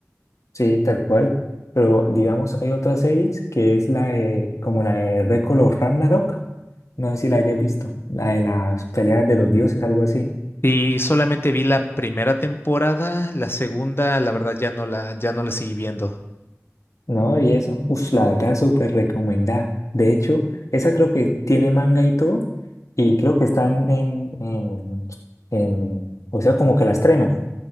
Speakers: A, on the left; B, on the left.
A: Sí, tal cual. Pero digamos, hay otras series que es la de, como la de Record of Ragnarok. No sé si la hayas visto. La de las peleas de los dioses, algo así.
B: Y solamente vi la primera temporada, la segunda, la verdad, ya no la, ya no la seguí viendo.
A: No, y eso. Ush, la verdad, súper recomendada. De hecho, esa creo que tiene manga y todo. Y creo que están en, en, en- o sea, como que la estrenan.